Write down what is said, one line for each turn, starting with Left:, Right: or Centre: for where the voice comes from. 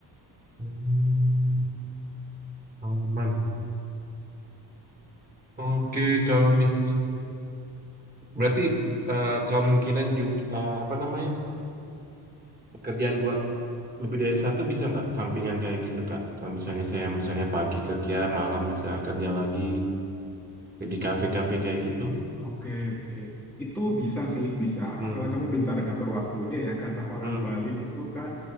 Right: hmm. Aman. Oke, kalau
Centre: gitu.
Right: mis, berarti eh, kemungkinan juga apa namanya pekerjaan dua lebih dari satu bisa nggak sampingan kayak gitu Kak? Kalau misalnya saya misalnya pagi kerja, malam bisa kerja lagi di kafe-kafe kayak
Centre: Hmm,
Right: gitu.
Centre: Oke, oke. Itu bisa sih, bisa.
Right: Hmm,
Centre: Asal kamu pintar ngatur waktunya ya, karena orang
Right: hmm,
Centre: Bali itu kan